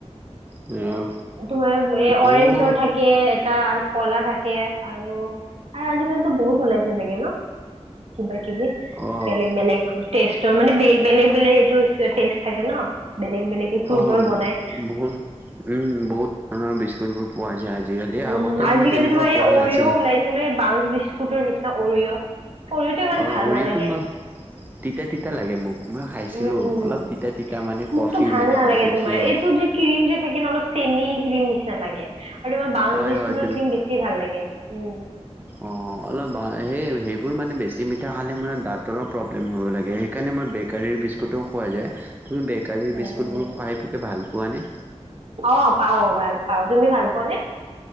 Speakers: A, on the right; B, on the right.
A: অ
B: তোমাৰ এ অৰেঞ্জৰ
A: মোৰ
B: থাকে এটা আৰু কলা থাকে আৰু আৰু আজিকালিতো বহুত ওলাইছে চাগে ন কিবা কিবি
A: অ'
B: বেলেগ বেলেগ টেষ্টৰ মানে বেলেগ বেলেগ এইটো টেষ্ট থাকে ন বেলেগ বেলেগ ফ্ৰুটৰ
A: অ'
B: বনাই
A: বহুত বহুত ধৰণৰ বিস্কুটবোৰ পোৱা যায় আজিকালি
B: উম
A: আগতে
B: আজিকালি
A: মানে তেনেকুৱা
B: তোমাৰ এই
A: পোৱা
B: অৰিঅ'
A: নাছিলে
B: ওলাইছে এই বাউ বিস্কুটৰ নিচিনা অৰিঅ' অৰিঅ'টো ইমান
A: অ'
B: ভাল
A: অৰিয়েতো
B: নালাগে
A: মই তিতা তিতা লাগে মোক মই খাইছিলোঁ
B: উম উম
A: অলপ
B: উম
A: তিতা তিতা মানে কফি
B: মোকতো ভাল
A: মানে
B: নালাগে
A: কফিত
B: তোমাৰ
A: ফ্লেভাৰ
B: এইটো যে ক্ৰ্ৰীম যে থাকে অলপ চেনি ক্ৰীম নিচিনা লাগে আৰু তোমাৰ ব্ৰউন
A: হয়
B: বিস্কুটৰ
A: হয় তুমি
B: ক্ৰীম বেছি ভাল লাগে উম
A: অঁ অলপ সেই সেইবোৰ মানে বেছি মিঠা খালে মানে দাঁতৰো প্ৰব্লেম হ'ব লাগে সেইকাৰণে মই বেকাৰীৰ বিস্কুটোও খোৱা যায় তুমি বেকাৰীৰ বিস্কুটবোৰ
B: উম উম
A: খুৱাই বকে ভাল পোৱা নে
B: অ পাও ভাল পাও তুমি ভাল পোৱা নে